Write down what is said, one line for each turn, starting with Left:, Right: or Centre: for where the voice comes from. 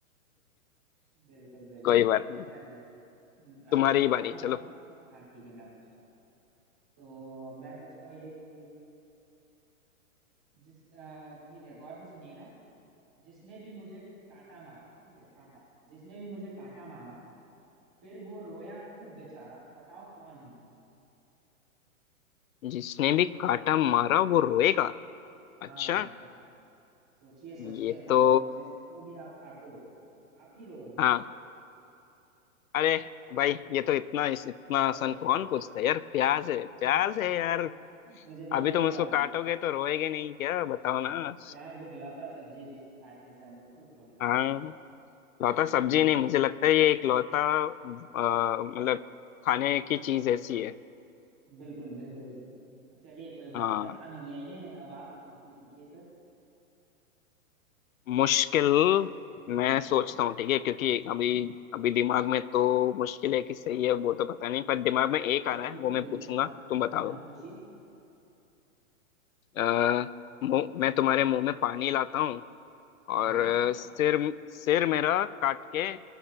Centre: बिल्कुल बिल्कुल
Left: कोई बात नहीं
Centre: चलिए हम्म, आ,
Left: तुम्हारी ही बारी
Centre: पानी
Left: चलो
Centre: वाला हाँ ठीक है मैं पूछता हूँ तो मैं पूछता हूँ ये कि जिस अ, ठीक है गौर से सुनिएगा जिसने भी मुझे कांटा मारा ठीक है कांटा जिसने भी मुझे कांटा मारा फिर वो रोया खूब बेचारा बताओ कौन हूं मैं
Left: जिसने भी काटा मारा वो रोएगा
Centre: हाँ
Left: अच्छा
Centre: सोचिए सोचिए
Left: ये
Centre: मतलब
Left: तो
Centre: जिसको भी आप काटो आप ही रोओगे
Left: हाँ अरे भाई ये तो इतना इस, इतना
Centre: अरे
Left: आसान कौन
Centre: यार
Left: पूछता है यार प्याज है
Centre: <laughs>
Left: प्याज है यार
Centre: मुझे लगा
Left: अभी तुम
Centre: ही
Left: उसको
Centre: था
Left: काटोगे तो रोएगे नहीं क्या बताओ
Centre: हाँ
Left: ना
Centre: प्याज एक लौता सब्जी है जिसको काटने से हम लोग खुद रोने
Left: <laughs>
Centre: लगते
Left: हाँ
Centre: हैं
Left: लौता सब्जी
Centre: जी
Left: नहीं
Centre: जी
Left: मुझे
Centre: जी
Left: लगता है ये एक लौता अ, मतलब खाने की चीज ऐसी है
Centre: बिल्कुल बिल्कुल चलिए कोई बात
Left: हाँ
Centre: नहीं आसान हो गया ये अब आप कुछ मुश्किल पूछिए फिर
Left: मुश्किल मैं
Centre: हाँ
Left: सोचता हूँ ठीक है क्योंकि अभी अभी दिमाग में तो मुश्किल है कि सही है वो तो पता नहीं पर दिमाग में एक आ
Centre: बिल्कुल
Left: रहा है वो मैं
Centre: बिल्कुल
Left: पूछूंगा
Centre: हाँ हाँ
Left: तुम बता
Centre: हाँ
Left: दो
Centre: हाँ पूछिए
Left: अ, मुंह मैं तुम्हारे मुंह में पानी लाता हूँ
Centre: हाँ
Left: और
Centre: हाँ
Left: अ, सिर सिर मेरा काट के अ,